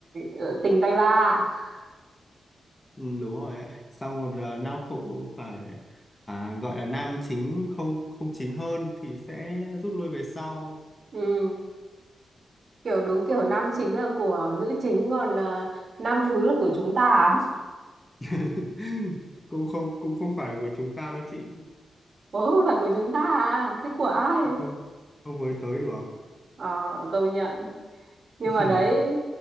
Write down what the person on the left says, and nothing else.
Ừ, đúng rồi ấy. Sau một ờ, nam phụ phải à, gọi là nam chính không không chính hơn thì sẽ rút lui về sau
<laughs> cũng không cũng không phải của chúng ta đâu chị
không không với tới được
<laughs>